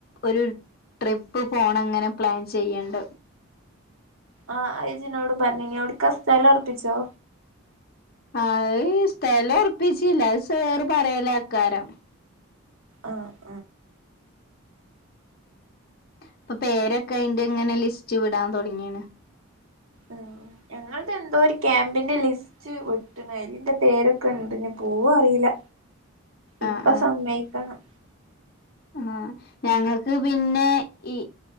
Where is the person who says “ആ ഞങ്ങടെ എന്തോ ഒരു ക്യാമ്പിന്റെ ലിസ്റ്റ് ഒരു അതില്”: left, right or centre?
Right